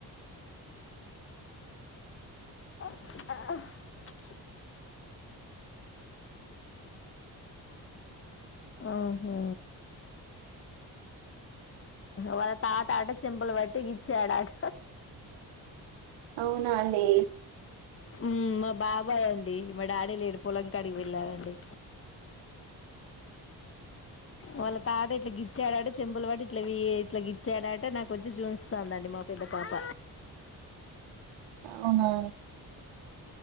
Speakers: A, on the left; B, on the right.
A: ఆ ఆహా వాళ్ళ తాత అట చెంపలు పట్టి గిచ్చాడట.
B: అవునా అండీ.
A: ఉమ్ మా బాబాయ్ అండి. మా డాడీ లేడు పొలంకాడికి వెళ్ళారండి. వాళ్ళ తాత ఇట్ల గిచ్చాడట చెంపల్ పట్టి, ఇట్ల ఇట్ల గిట్చాడట నాక్ వచ్చి చూయిస్తాందండి మా పెద్ద పాప.
B: అవునా